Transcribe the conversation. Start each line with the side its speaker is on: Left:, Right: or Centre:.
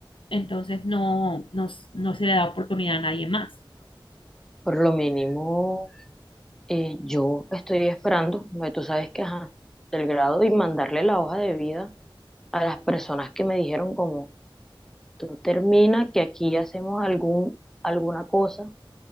Left: entonces no, no, no se le da oportunidad a nadie más.
Centre: Por lo mínimo, eh, yo estoy esperando, porque tú sabes que, ajá, el grado y mandarle la hoja de vida a las personas que me dijeron como, tú termina que aquí hacemos algún, alguna cosa